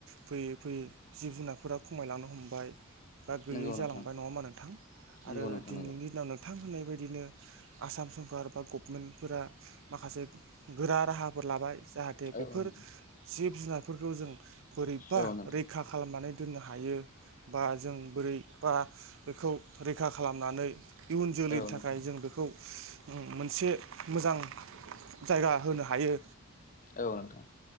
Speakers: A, on the right (about 65°); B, on the left (about 40°).
A: फैयै-फैयै जिब- जुनारफोरा खमायलांनो हमबाय, बा गैयै
B: नंगौ नोंथां
A: जालांबाय नङा होमबा नोंथां,
B: नंगौ
A: आरो
B: नोंथां
A: दिनैनि
B: नंगौ
A: दिनाव नों थां होननाय बायदिनो आसाम सरखार बा गभमेन्टफोरा माखासे गोरा राहाफोर लाबाय जाहाथे
B: औ
A: बेफोर
B: नोंथां
A: जिब-जुनारफोरखौ जों बोरैबा
B: औ नोंथां
A: रैखा खालामनानै दोननो हायो, बा जों बोरैबा बेखौ रैखा खालामनानै इयुन जोलैनि
B: औ
A: थाखाय
B: नोंथां
A: जों बेखौ मोनसे मोजां जायगा होनो हायो।
B: औ नोंथां।